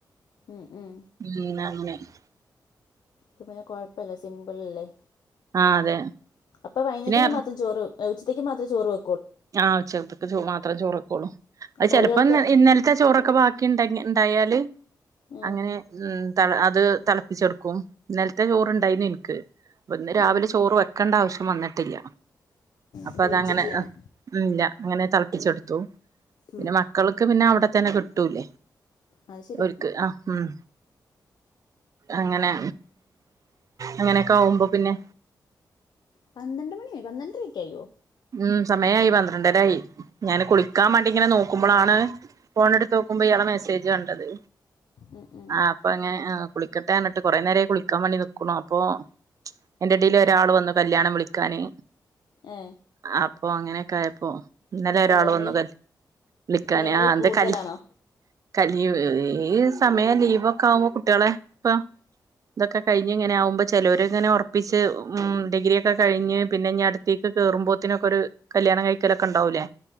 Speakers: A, on the left; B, on the right.
A: ഉം ഉം
B: ഉം നന്ന് <unintelligible>
A: പിന്നെ കൊഴപ്പല്ല സിംമ്പിളല്ലേ?
B: ആഹ്‌, അതെ.
A: അപ്പൊ വൈന്നേരത്തേക്ക്
B: പിന്നെ
A: മാത്രം ചോറ് വെ ഉച്ചത്തേക്ക് മാത്രം ചോറ് വെ
B: ആഹ് ഉച്ചകത്ത്ക്ക് ചോ മാത്രം ചോറൊക്കൊള്ളൂ, അഹ്
A: അപ്പൊ
B: ചെലപ്പം
A: ഒരാൾക്ക്
B: ന്നൽ ഇന്നൽത്തെ ചോറൊ ക്കെ ബാക്കിണ്ടങ്ങി ണ്ടായാല്
A: ഉം
B: അങ്ങനെ ഉം തള അത് തള്പ്പിച്ചെട്‌ക്കും, ന്നൽത്തെ ചോറ്ണ്ടായിന്ന് ഇൻക്ക്. പ്പ ന്ന് രാവിലെ
A: ഉം ഉം
B: ചോറ് വെക്കണ്ടാവശ്യം വന്ന്ട്ടില്ല അപ്പ
A: അപ്പം
B: തങ്ങനെ
A: വെച്ചിട്ടില്ലന്ന്
B: ഉം ല്ലാ അങ്ങനെ തളപ്പിച്ചെടുത്തു, പിന്നെ
A: ഉം
B: മക്കൾക്ക് പിന്നെ അവടെ തന്നെ കിട്ടൂലേ.
A: അത് ശരിയാ
B: ഓര്ക്ക് ആഹ് ഉം. അങ്ങനെ, അങ്ങനൊക്കാവുമ്പോ പിന്നെ
A: പന്ത്രണ്ട് മണിയെ പന്ത്രണ്ടരയ്ക്കായോ?
B: ഉം, സമയായി പന്ത്രണ്ടരായി, ഞാന് കുളിക്കാമാണ്ടി ങ്ങനെ നോ ക്കുമ്പളാണ് ഫോണെടുത്തോക്കുമ്പോ ഇയാളെ മെസ്സേജ് കണ്ടത്
A: ഉം ഉം
B: ആ പ്പ ങ്ങനെ ആഹ് കുളിക്കട്ടെ ന്നട്ട് കൊറെ നേരായി കുളിക്കാം വേണ്ടി നിക്ക്ണു, അപ്പൊ അയ്ന്റെടീൽ ഒരാളു വന്നു കല്യാണം വിളി ക്കാന്
A: ഏ
B: അപ്പൊ അങ്ങനൊക്കായപ്പോ ഇന്നലൊരാൾ
A: കല്യാണ
B: വന്നു
A: വിളി
B: കല്ല വിളിക്കാന്
A: കല്യാണ വിളി
B: ആ ന്ത്
A: കൂടുതലാണോ
B: കല്ല് ക ലീവ് ഈ സമയം ലീവൊക്കാവുമ്പോ കുട്ട്യാളെ പ്പം തൊക്കെ കഴിഞ്ഞ് ങ്ങനെ ആവുമ്പോ ചിലോർ ങ്ങനെ ഒർപ്പിച്ച് ഉം ഡിഗ്രിയൊക്കെ കഴിഞ്ഞ് പിന്നെ ഞ് അട് ത്തേ ക്ക് കേറുമ്പോ ത്തിനൊക്കൊര് കല്യാണം കൈക്കലൊക്കെ ണ്ടാവൂലേ